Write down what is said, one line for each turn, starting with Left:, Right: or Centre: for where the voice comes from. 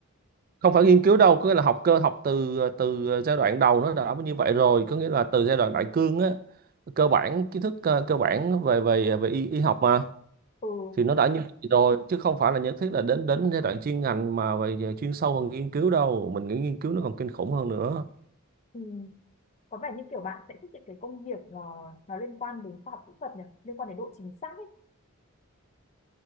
Right: không phải nghiên cứu đâu có nghĩa là học cơ học từ từ giai đoạn đầu nó đã như vậy rồi có nghĩa là từ giai đoạn đại cương á cơ bản kiến thức ờ, cơ bản về về về y, y học mà
Left: ừ
Right: thì nó đã như vậy rồi chứ không phải là nhất thiết là đến đến giai đoạn chuyên ngành mà về về chuyên sâu hơn nghiên cứu đâu mình nghĩ nghiên cứu nó còn kinh khủng hơn nữa
Left: thì có vẻ như kiểu bạn sẽ thích những cái công việc ờ, nó liên quan đến khoa học kỹ thuật nhỉ liên quan đến độ chính xác ấy